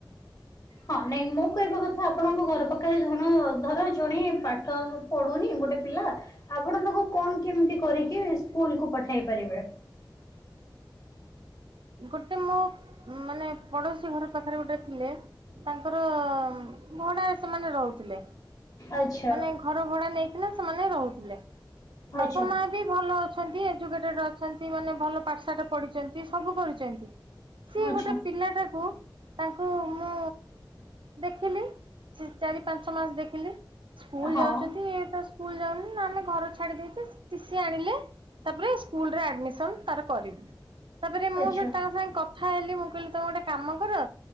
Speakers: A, on the left (about 45°); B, on the right (about 80°).
A: ହଁ ନାଇଁ ମୁଁ କହିବା କଥା ଆପଣଙ୍କ ଘର ପାଖରେ ଧଣ ଧର ଜଣେ ପାଠ ପଢୁନି ଗୋଟେ ପିଲା ଆପଣ ତାକୁ କଣ କେମିତି କରିକି ସ୍କୁଲକୁୁ ପଠେଇ ପାରିବେ।
B: ଗୋଟେ ମୋ ମାନେ ପଡୋଶୀ ଘର ପାଖରେ ଗୋଟେ ଥିଲେ। ତାଙ୍କର ଭଡାରେ ସେମାନେ ରହୁଥିଲେ
A: ଆଚ୍ଛା
B: ମାନେ ଘର ଭଡା ନେଇଥିଲେ ସେମାନେ ରହୁଥିଲେ
A: ଆଚ୍ଛା
B: ବାପା ମା ବି ଭଲ ଅଛନ୍ତି ଏଜୁକେଟେଡ ଅଛନ୍ତି ମାନେ ଭଲ ପାଠଶାଟା ପଢିଛନ୍ତି ସବୁ କରିୁଛନ୍ତି ସିଏ
A: ଆଚ୍ଛା
B: ଗୋଟେ ପିଲାଟାକୁ ତାଙ୍କୁ ମୁଁ ଦେଖିଲି ସେ ଚାରି ପାଞ୍ଚ ମାସ ଦେଖିଲି ସ୍କୁଲ
A: ହଁ
B: ଯାଉଛନ୍ତି ଏ ତ ସ୍କୁଲ ଯାଉନି ନା ଆମେ ଘର ଛାଡି ଦେଇଚୁ ଟିସି ଆଣିଲେ ତାପରେ ସ୍କୁଲ ରେ ଆଡମିସନ ତାର କରିବୁ। ତାପରେ ମୁଁ
A: ଆଚ୍ଛା
B: ସେଠି ତାଙ୍କ ସାଙ୍ଗେ କଥା ହେଲି ମୁଁ କହିଲି ତମେ ଗୋଟେ କାମ କର